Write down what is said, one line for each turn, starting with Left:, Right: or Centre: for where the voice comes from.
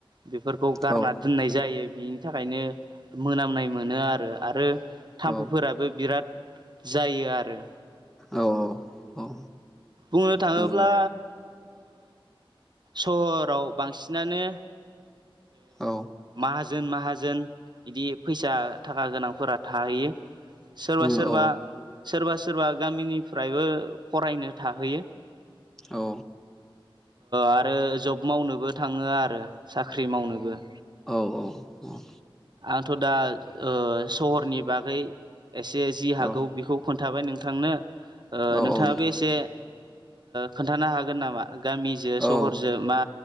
Right: बेफोरखौ गारना
Centre: औ
Right: दोननाय जायो बिनि थाखायनो मोनामनाय मोनो आरो आरो ना थाम्फैफोराबो
Centre: औ
Right: बिराद जायो आरो।
Centre: औ औ औ।
Right: बुंनो थाङोब्ला।
Centre: नंगौ नोंथां
Right: सहराव बांसिनानो।
Centre: औ
Right: माहाजोन जोन माहाजोन बिदि फैसा थाखा गोनांफोरा थाहैयो। सोरबा
Centre: उम
Right: सोरबा
Centre: औ
Right: सोरबा सोरबा गामिनिफ्रायबो फरायनो थाहैयो
Centre: औ।
Right: आरो जब मावनोबो थाङो आरो साख्रि मावनोबो।
Centre: औ औ औ।
Right: आंथ' दा सहरनि बागै एसे जि हागौ
Centre: औ
Right: बेखौ खोन्थाबाय नोंथांनो।
Centre: औ
Right: नोंथाङाबो
Centre: औ नोंथां
Right: एसे खोन्थानो हागोन नामा? गामिजों सहरजों
Centre: औ
Right: मा